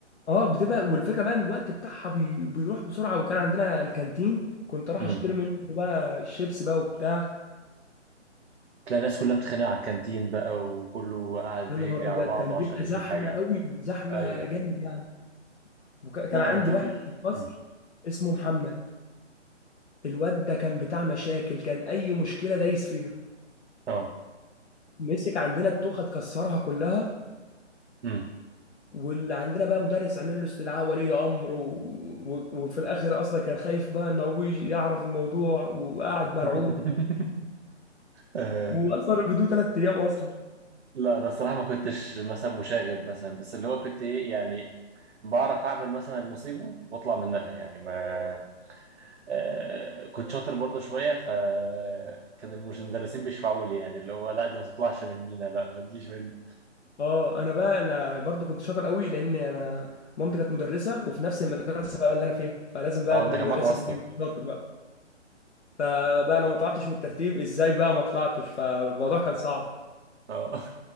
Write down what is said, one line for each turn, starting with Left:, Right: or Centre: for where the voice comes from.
Left: اه بتبقى والفكرة بقى إن الوقت بتاعها بي... بيروح بسرعة وكان عندنا الكانتين كنت راح
Right: امم
Left: أشتري منه بقى الشيبس بقى وبتاع
Right: تلاقي الناس كلها بتتخانق على الكانتين بقى وكله قاعد
Left: يا
Right: بيجري
Left: نهار
Right: على
Left: أبيض
Right: بعضه
Left: كان بيبقى
Right: عشان
Left: زحمة
Right: يجيب حاجه
Left: قوي زحمة
Right: ايوه
Left: جامد يعني وكان
Right: لا
Left: كان عندي
Right: انا فاكر
Left: واحد في الفصل
Right: امم
Left: اسمه محمد الواد ده كان بتاع مشاكل كان اي مشكله دايس فيها
Right: اه
Left: مسك عندنا التوخه اتكسرها كلها
Right: امم
Left: واللي عندنا بقى مدرس عمل له استدعاء ولي امر و... و... وفي الاخر اصلا كان خايف بقى ان ابوه يجي يعرف الموضوع وقاعد مرعوب
Right: <laughs> آه،
Left: واصلا رفدوه ثلاث ايام اصلا
Right: لا انا الصراحه ما كنتش مثلا مشاغب مثلا بس اللي هو كنت ايه يعني بعرف اعمل مثلا المصيبه واطلع منها يعني ما آه كنت شاطر برضه شويه فكان المش- المدرسين بيشفعوا لي يعني اللي هو لا دي ما تطلعش مننا لا ما تجيش مني
Left: اه انا بقى انا برضو كنت شاطر قوي لان انا مامتي كانت مدرسه وفي نفس المدرسه بقى اللي انا فيها فلازم بقى
Right: اه
Left: ابن
Right: انت
Left: المدرسه
Right: كان معاك واسطه
Left: بقى يبقى شاطر بقى فبقى لو ما طلعتش من الترتيب ازاي بقى ما طلعتش فالموضوع كان صعب
Right: اه